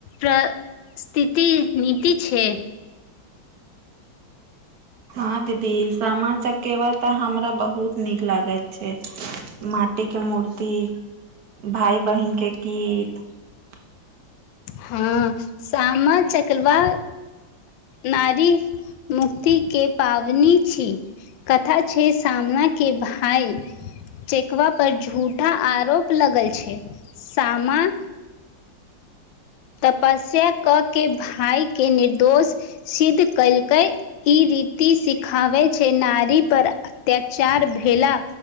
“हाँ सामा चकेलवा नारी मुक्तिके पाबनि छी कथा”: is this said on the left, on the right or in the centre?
Left